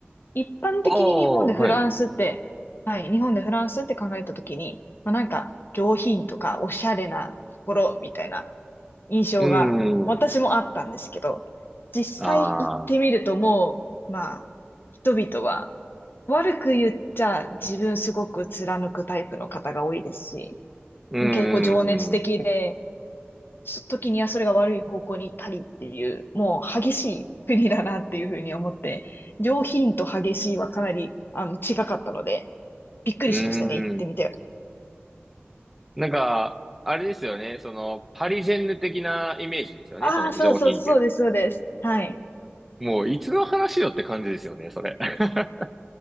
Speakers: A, on the left (about 55°); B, in the centre.
A: 一般的に日本でフランスって、
B: おーはい。う
A: はい、日本でフランスって考えたときに、まあ、なんか上品とかおしゃれなところみたいな印象が私もあったんですけど、
B: ーん。
A: 実際行ってみるともう、
B: ああ。
A: まあ、人々は悪く言っちゃ自分すごく貫くタイプの方が多いですし、
B: うー
A: 結構情熱的で、
B: ん。う
A: そ時にはそれが悪い方向に行ったりっていう、もう激しい国だなっていうふうに思って、上品と激しいはかなりあの近かったので、びっくりしましたね、
B: ー
A: 行ってみて。
B: ん。なんか、あれですよね。その、パリジェンヌ的なイメージですよね。
A: ああ、
B: その上品っていう
A: そうそう、そうです、そうです。はい。
B: の。もう、いつの話よって感じですよね、それ。<laughs>